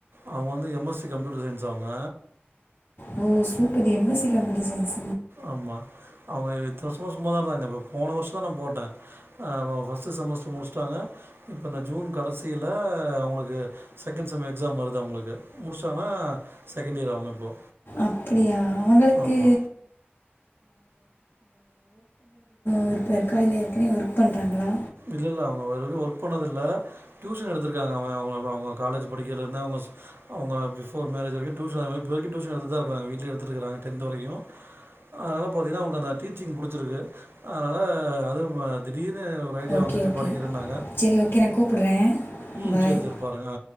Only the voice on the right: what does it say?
அவ்ங்க வந்து எம் எஸ் <unintelligible> கம்ப்யூட்டர் சயின்ஸ் அவுங்க
ஆமா அவங்க இத்தன வருஷமா சும்மாதா இருந்தாங்க இப்போ போன வருஷ தா நா போட்டே அ ஃபர்ஸ்ட் செமஸ்டர் முடிச்சட்டாங்க இப்ப இந்த ஜூன் கடைசியில அவங்களுக்கு செகண்ட் செம் எக்ஸாம் வருது அவங்களுக்கு முடிச்சாங்கன்னா செகண்ட் இயர் அவங்க இப்போ
ஆமா.
இல்ல இல்ல அவங்க வரைக்கு ஒர்க் பண்ணதில்லை டியூஷன் எடுத்திருக்காங்கங்க அவங்க அவங்க அவ அவங்க காலேஜ் படிக்கயில இருந்தே அவங்க அவங்க பிஃபோர் மேரேஜ் வரைக்கு டியூஷன் அந்த மாரி இப்போ வரைக்கு டியூஷன் எடுத்துதா இருக்கிறாங்க வீட்லயு எடுத்துடுருக்காங்க டென்த் வரைக்கு அதனால பாத்தீங்கன்னா அவங்களுக்கு அந்த டீச்சிங் புடிச்சிருக்கு அதனால அதுவு திடீர்னு ஒரு ஃப்ரியா
வந்துச்சு
படிக்கிறேன்னாங்க
ம்
செரி செரி பாருங்க